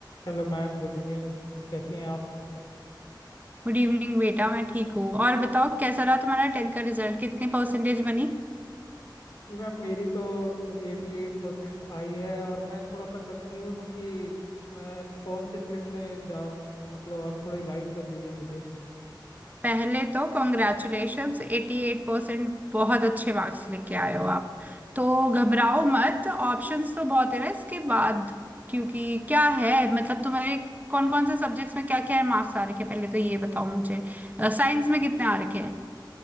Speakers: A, on the left; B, on the right.
A: Hello ma'am good evening कैसी हैं आप
B: Good evening बेटा मैं ठीक हूँ और बताओ कैसा रहा तुम्हारा टेंथ का रिजल्ट कितनी परसेंटेज बनी
A: जी मैम मेरी तो एटी एट परसेंट आई है और मैं थोड़ा सा कंफ्यूज हूँ कि मैं कौन से फील्ड में जाऊँ मतलब आप थोड़े गाइड कर दीजिए मुझे
B: पहले तो कॉन्ग्रेचुलेशंस 88% परसेंट बहुत अच्छे मार्क्स लेके आए हो आप तो घबराओ मत ऑप्शंस तो बहुत है ना इसके बाद क्योंकि क्या है मतलब तुम्हारे कौन कौन से सब्जेक्ट्स में क्या क्या मार्क्स आ रखे हैं पहले तो ये बताओ मुझे साइंस में कितने आ रखे हैं